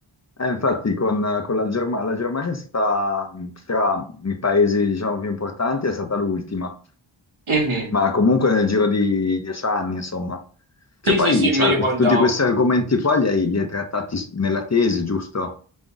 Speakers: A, on the left; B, on the right.
A: E infatti con, con la Germania, la Germania è stata mh, tra i paesi, diciamo, più importanti, è stata l'ultima,
B: Mhm.
A: ma comunque nel giro di dieci anni, insomma.
B: Sì,
A: Che poi,
B: sì, sì, mi
A: cioè,
B: ricordavo.
A: tutti questi argomenti qua li hai, li hai trattati s- nella tesi, giusto?